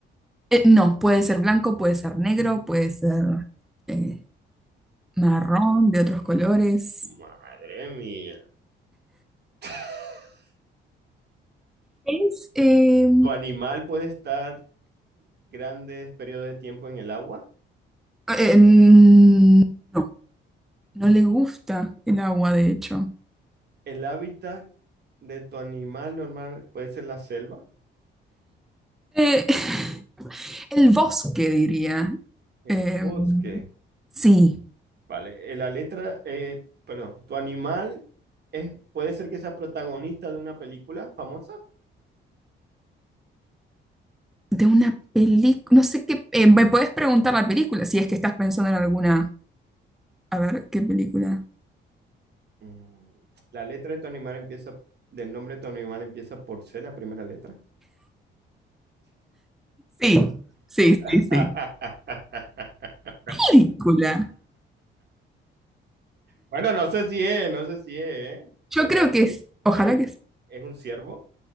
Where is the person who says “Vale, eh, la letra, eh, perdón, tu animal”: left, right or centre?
Right